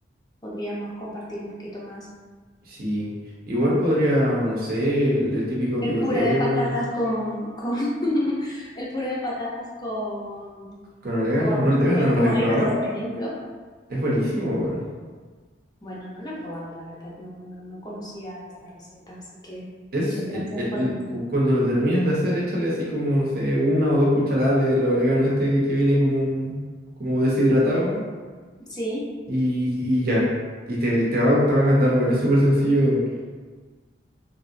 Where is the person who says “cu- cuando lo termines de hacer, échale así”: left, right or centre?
Right